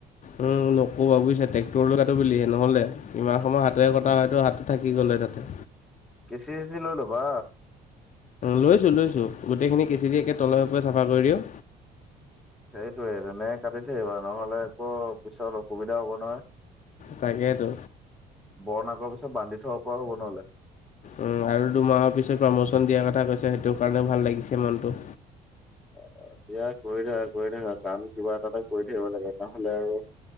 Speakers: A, on the left; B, in the centre.
A: উম! নক'বা বুজিছা, ট্ৰেক্টৰলৈ কাটো বুলিহে, নহ'লে ইমান সময়, হাতেৰে কটা হয়তো, হাতটো থাকি গ'লেই তাতে।
B: কেচি- চেচি লৈ ল'বা?
A: লৈছো, লৈছো। গোটেইখিনি কেচি দি একে, তলে -ওপৰে চাফা কৰি দিওঁ।
B: সেইটোৱে! সেনেকে কাটি থাকিবা। নহ'লে আকৌ, পিছত অসুবিধা হ'ব নহয়। <unintelligible>
A: তাকেতো
B: আগৰ পিছত, বান্ধি থ'ব পৰা হ'ব নহ'লে।
A: উম! আৰু দুমাহৰ পিছত, প্ৰমোচন দিয়াৰ কথা কৈছে, সেইটো কাৰণেও ভাল লাগিছে মনটো।
B: অ'! দিয়া, কৰি থাকা, কৰি থাকা। কাম কিবা এটা এটা কৰি থাকিব লাগে। নহ'লে আৰু